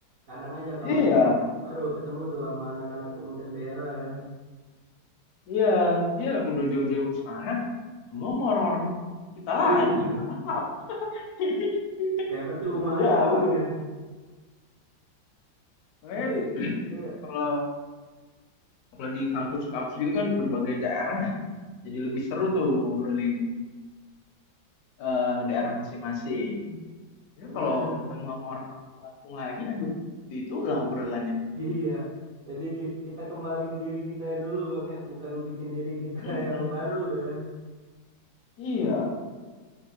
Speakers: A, on the right; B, on the left.
A: Kadang aja kalau
B: Iya.
A: lagi kangen baru ketemu tuh sama anak-anak komunitas daerah ya.
B: Iya, iya aku udah jauh-jauh ke sana. Semua mau orang-orang kita
A: Iya,
B: lagi, buat apa? <laughs>
A: kayak percuma
B: Jauh-jauh.
A: aja Bang ya.
B: Makanya
A: Tapi Iya,
B: kalau kalau di kampus-kampus gitu kan berbagai daerah ya. Jadi lebih seru tuh ngobrolin eh, daerah masing-masing. Ya
A: Bener.
B: kalau ketemu sama orang Lampung-Lampung lagi, aduh, itu
A: <laughs>
B: lah obrolannya.
A: Iya. Jadi kita kembali ke diri kita yang dulu Bang ya, bukan bikin diri kita
B: Mm-mm.
A: <laughs> yang baru ya.
B: Iya.